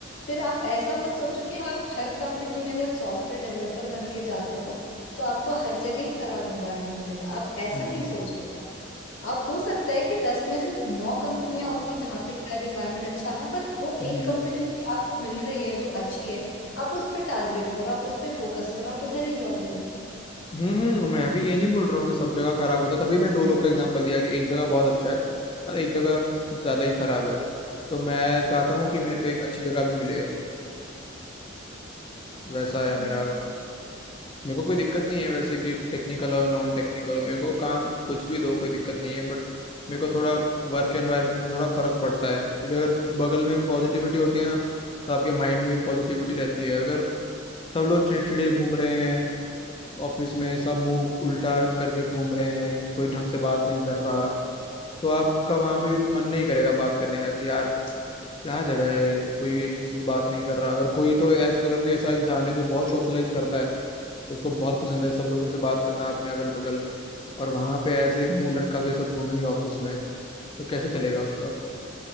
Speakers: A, on the left; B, on the left.
A: फिर आप ऐसा मत सोचो कि आप हर कंपनी में अगर सॉफ्टवेयर डेवलपर बन के जाते हो तो आपको हर जगह ही खराब इन्वायरमेंट मिलेगा आप ऐसा
B: हम्म
A: नहीं सोच के जाओ आप हो सकता है कि दस में से नौ कंपनियां
B: आ-
A: होंगी जहां पे शायद इन्वायरमेंट अच्छा ना हो पर वो एक
B: हम्म
A: कंपनी भी आपको मिल रही है जो अच्छी है आप उस पर टारगेट करो आप उस पर फोकस करो आप उधर ही जॉब लो
B: हम्म मैं अभी ये नहीं बोल रहा हूँ कि सब जगह खराब होता है। तभी मैं दो लोग का एग्जांपल दिया कि एक जगह बहुत अच्छा है और एक जगह कुछ ज्यादा ही खराब है तो मैं चाहता हूँ कि मेरे को एक अच्छी जगह भी मिले वैसा
A: हम्म।
B: है मेरा मेरे को कोई दिक्कत नहीं है वैसे कि टेक्निकल और नॉन टेक्निकल हो, मेरे को काम कुछ भी दो कोई दिक्कत नहीं है बट मेरे को थोड़ा वर्क एनवायरनमेंट से थोड़ा फर्क पड़ता है क्योंकि अगर बगल में पॉजिटिविटी होती है ना तो आपके माइंड में भी पॉजिटिविटी रहती है अगर सब लोग चिड़चिड़े घूम रहे हैं ऑफिस में सब मुंह उल्टा करके घूम रहे हैं कोई ढंग से बात नहीं कर रहा तो आपका वहां पे भी मन नहीं करेगा बात करने का कि यार क्या जगह है कोई एक दूसरे से बात नहीं कर रहा अगर कोई तो ऐसा अगर कोई ऐसा इंसान है जो बहुत सोशलाइज करता है तो उसको बहुत पसंद है सब लोगों से बात करना अपने अगल बगल में और वहां पे ऐसे मुंह लटका के सब घूमेंगे ऑफिस में तो कैसे चलेगा उसका